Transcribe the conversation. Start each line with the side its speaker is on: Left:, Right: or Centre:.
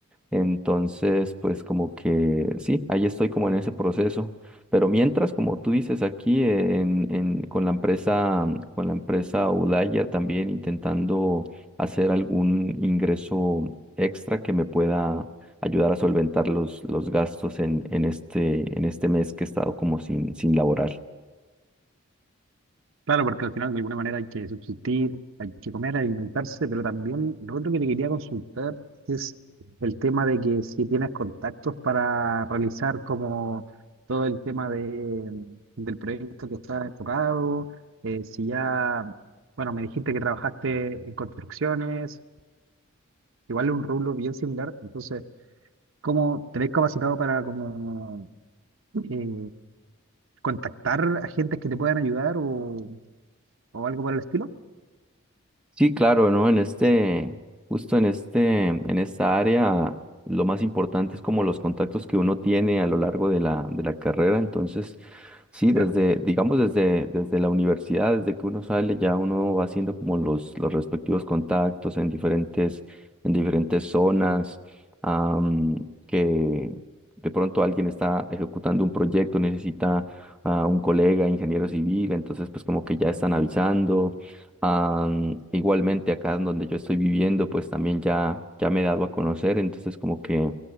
Centre: entonces, pues como que sí, ahí estoy como en ese proceso. Pero mientras, como tú dices aquí, en, en- con la empresa, con la empresa Outlier también intentando hacer algún ingreso extra que me pueda ayudar a solventar los, los gastos en, en este, en este mes que he estado como sin, sin laborar.
Right: Claro, porque al final de alguna manera hay que subsistir, hay que comer, alimentarse, pero también lo otro que te quería consultar es el tema de que si tienes contactos para realizar como todo el tema de, mm, del proyecto que está enfocado, eh, si ya, bueno, me dijiste que trabajaste en construcciones igual es un rublo bien similar, entonces, ¿cómo te ves capacitado para como eh, contactar a gente que te puedan ayudar o, o algo por el estilo?
Centre: Sí, claro, ¿no? En este, justo en este, en esta área, lo más importante es como los contactos que uno tiene a lo largo de la, de la carrera. Entonces, sí, desde,
Right: Claro,
Centre: digamos, desde, desde la universidad, desde que uno sale, ya uno va haciendo como los, los respectivos contactos en diferentes, en diferentes zonas, am, que de pronto alguien está ejecutando un proyecto, necesita a un colega, ingeniero civil, entonces pues como que ya están avisando Am, igualmente acá en donde yo estoy viviendo, pues también ya, ya me he dado a conocer, entonces como que,